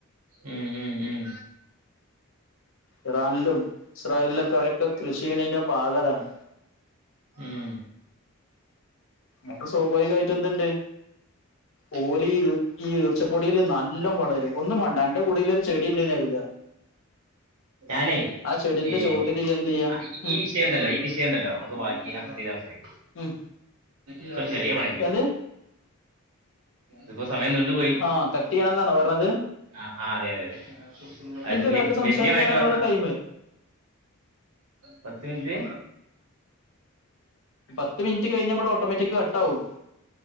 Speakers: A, on the right; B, on the left.
A: ഉം ഉം ഉം ഉം ആഹ് ആഹ് ഉം ഉം ഉം
B: ഇറാനിലും ഇസ്രായേൽലൊക്കെ അവരൊക്കെ കൃഷിയ്യ്ണേന്റെ ഭാഗതാണ്
A: ഉം
B: മുക്ക് സ്വാഭാവികായിട്ടും എന്ത്ണ്ട്
A: <inaudible>
B: ഓല് ഇ ഈ ഈർച്ചപ്പൊടീല് നല്ലോം വളരും ഒന്നും മാണ്ട അന്റെ കൂടീലൊരു ചെടിണ്ട്ന്നെര്താ
A: ഞാനേ
B: ആ ചെടിന്റെ
A: ഏഹ്
B: ചോട്ടിൽ ഇയ്യ് എന്ത് ചെയ്യാ
A: ഐ
B: ഉം
A: ഈ വിഷയണ്ടല്ലോ ഈ വിഷയണ്ടല്ലോ നമ്ക്ക് ബാക്കി അത് സംസാരിക്കാ
B: ഉം
A: ച്ചൊര് ചെറ്യേ പണിണ്ട്
B: എന്ത്
A: ഇത്പ്പോ സമയം നീണ്ട്പോയി
B: ആഹ് കട്ട്യ്യെെണംന്നാണോ പർഞ്ഞെത്
A: ആഹ് ആഹ് അതെ അതെ അതെ അതെന്ന്
B: ഒരാൾക്ക് സംസാരിക്കാനാണ്
A: വെന്യമായിട്ട് പർഞ്ഞാ
B: ഇവിടെ ടൈമ്
A: പത്ത് മിൻറ്റ്
B: പത്ത് മിൻറ്റ് കയ്ഞ്ഞാ ബടെ ഓട്ടോമാറ്റിക് കട്ടാവും